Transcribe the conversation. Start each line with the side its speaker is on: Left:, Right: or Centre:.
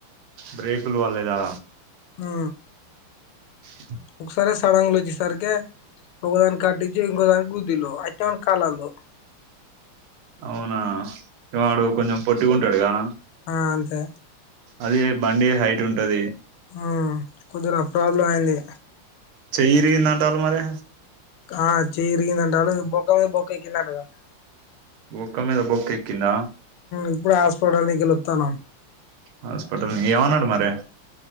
Right: బ్రేక్లు పడలేదా
Left: ఆ
Right: అ
Left: ఒకసారి సడంగు లో వచ్చిసరికిే ఒకదాని కటించిి ఇంకో దానికి గుద్దిలు అయితే వానికి కాలందవు
Right: అవునా ఇ వాడు కొంచెం పోట్ ట్టిగా ఉంటాడుగా
Left: ఆ అంతే
Right: అది బండి హైట్ ఉంటది
Left: ఆ కొద్దిగా ప్రాబ్లం అయింది
Right: చేయ్యే విరిగింది అంటల్లు మరి
Left: ఆ చెయ్యి విరిగింది అంటల్లు బొక్క మీద బొక్క అక్కిందంట కదా
Right: బొక్క మేద బొక్క ఎక్కింద
Left: ఇప్పుడే హాస్పిటల్క కేళివాతానం
Right: హాస్పిటల్ ఎవనాడు మరి